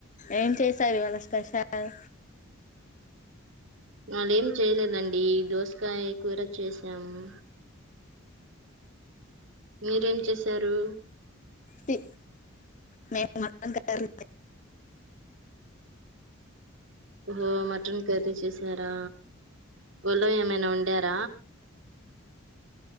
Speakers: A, on the left; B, on the right.
A: ఏం చేశారు ఇవాలా స్పెషల్
B: మళ్ళ ఏం చేయలేదండి దోసకాయ కూర చేసాము మీరేం చేసర్ సారు
A: తి మేము మటన్ కర్రి
B: ఓహో మటన్ కర్రీ చేసారా పలవ్ ఏమైన వండార